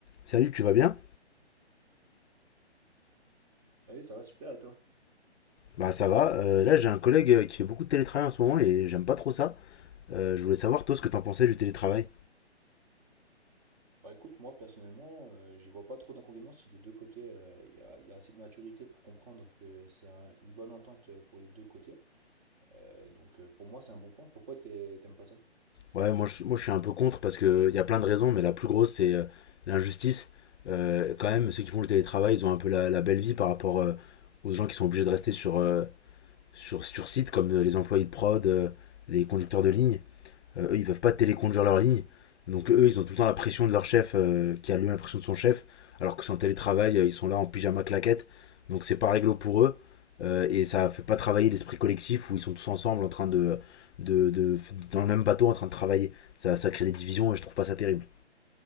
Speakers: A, on the left; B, on the right.
A: Salut, tu vas bien?
B: Salut, ça va super et toi?
A: Bah ça va. Euh, là, j'ai un collègue euh, qui fait beaucoup de télétravail en ce moment et j'aime pas trop ça. Euh, je voulais savoir, toi, ce que t'en pensais du télétravail.
B: Bah écoute, moi personnellement, euh, j'y vois pas trop d'inconvénients si des deux côtés, euh, il y a, il y a assez de maturité pour comprendre que c'est un- une bonne entente euh, pour les deux côtés. Euh, donc euh, pour moi, c'est un bon point. Pourquoi t'es- t'aimes pas ça?
A: Ouais, moi je, moi, je suis un peu contre parce qu'il y a plein de raisons, mais la plus grosse, c'est euh, l'injustice. Euh, quand même, ceux qui font le télétravail, ils ont un peu la, la belle vie par rapport euh, aux gens qui sont obligés de rester sur, euh, sur, sur site, comme euh, les employés de prod, euh, les conducteurs de ligne. Euh, eux, ils peuvent pas téléconduire leur ligne. Donc eux, ils ont tout le temps la pression de leur chef, euh, qui a lui l'impression de son chef, alors que c'est en télétravail, euh, ils sont là en pyjama claquette. Donc c'est pas réglo pour eux. Euh, et ça fait pas travailler l'esprit collectif où ils sont tous ensemble en train de, de, de- dans le même bateau en train de travailler. Ça, ça crée des divisions et je trouve pas ça terrible.